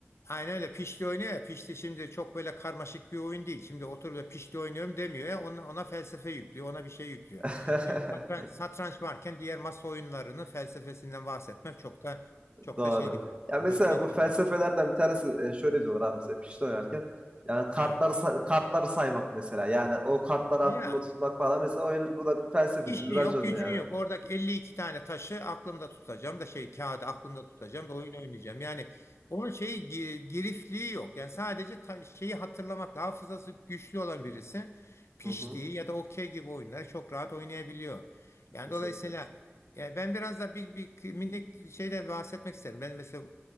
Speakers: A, on the left; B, on the right.
A: Aynen öyle pişti oynuyor ya pişti şimdi çok böyle karmaşık bir oyun değil. Şimdi oturup da pişti oynuyorum demiyor ya ona, ona felsefe yüklüyor ona bir şey yüklüyor.
B: <laughs>
A: Yani satranç, satranç varken diğer masa oyunlarının felsefesinden bahsetmek çok da çok
B: Doğru.
A: da şey değil.
B: Ya mesela
A: Şey
B: bu felsefelerden
A: değil yani.
B: bir tanesi e, şöyle diyorlar abi mesela pişti oynarken. Yani kartlar
A: Ha.
B: sa- kartları saymak mesela. Yani o kartları
A: Ya
B: aklında tutmak falan mesela oyunun bu da bir felsefesi,
A: İşin
B: bir raconu
A: yok, gücün
B: yani.
A: yok. Oradaki 52 tane taşı aklımda tutacağım da şey kağıdı aklımda tutacağım da oyun oynayacağım. Yani onun şeyi gi- girifliği yok. Yani sadece ta- şeyi hatırlamakla hafızası güçlü olan birisi piştiği
B: Hı hı.
A: ya da okey gibi oyunları çok rahat oynayabiliyor. Yani
B: Kesinlikle.
A: dolayısıyla yani ben biraz da bir, bir minik şeyden bahsetmek isterim. Ben mesela